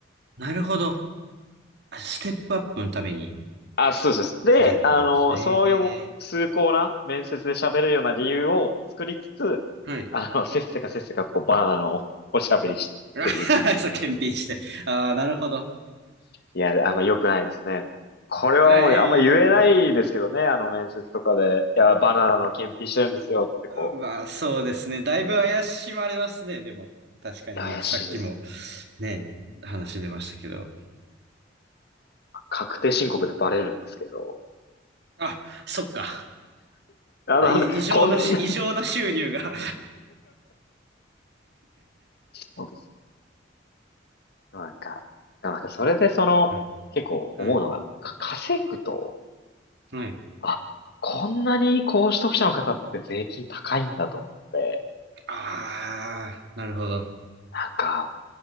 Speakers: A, on the right; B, on the left.
A: なるほど。あステップアップのために、
B: あ、そうですそうです。で、
A: みたいな感じです。
B: あの、そういう崇高な面接で喋れるような理由を作りつつ、
A: ええはい。
B: あの、せっせかせっせかこうバナナのおしゃべりしてるっていう。
A: あ <laughs> そう、検品して。ああ、なるほど。
B: いや、あんま良くないですね。これはもうあんま言えないですけどね、
A: あえい。
B: あの面接とかで。いや、バナナの検品してるんですよってこ
A: まあ、そうですね。だいぶ怪しまれますね。でも、確かに、
B: う。いや怪しいですよね。
A: まあ、さっきも、ね、話出ましたけど。
B: 確定申告でバレるんですけど。
A: あ、そっか。
B: あの、
A: だい異常なし、
B: あのこんな
A: 異常な収入が
B: <laughs>
A: <laughs>
B: そうです。なんか、なんかそれでその、
A: はい。
B: 結構思うのが、
A: はい。
B: か稼ぐと
A: はい。
B: あ、こんなに高所得者の方って税金高いんだと思って、
A: ああ、なるほど。
B: なんか、